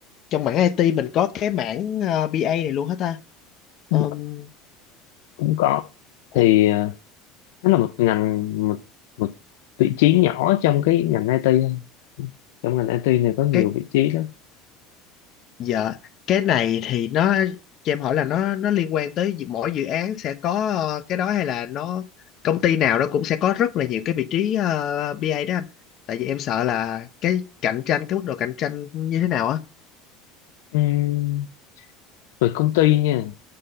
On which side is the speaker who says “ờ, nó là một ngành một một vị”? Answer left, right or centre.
Left